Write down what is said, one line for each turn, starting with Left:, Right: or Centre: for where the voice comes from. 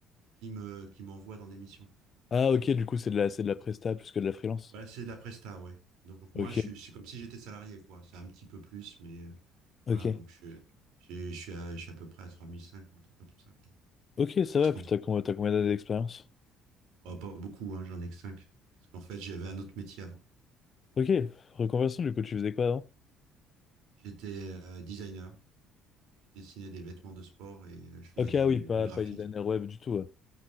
Right: qui me qui m'envoie dans des missions.
Left: Ah ok, du coup c'est de la, c'est de la presta plus que de la freelance.
Right: Voilà, c'est de la presta, ouais. Donc moi,
Left: Ok,
Right: je suis, c'est comme si j'étais salarié, quoi. C'est un petit peu plus, mais euh,
Left: ok.
Right: voilà, donc je, suis- j'ai- je, suis à, je suis à peu près à 3005, quoi, un truc comme ça, quoi.
Left: Ok, ça
Right: Parce
Left: va,
Right: qu'on,
Left: putain, com- t'as combien d'années d'expérience?
Right: oh, pas beaucoup, hein, j'en ai que 5. Parce qu'en fait, j'avais un autre métier avant. Voilà.
Left: Ok, reconversion, du coup, tu faisais quoi avant?
Right: J'étais euh, designer. Je dessinais des vêtements de sport et euh, je faisais
Left: Ok,
Right: du,
Left: ah oui, pas,
Right: du graphisme.
Left: pas une dernière web du tout. ouais.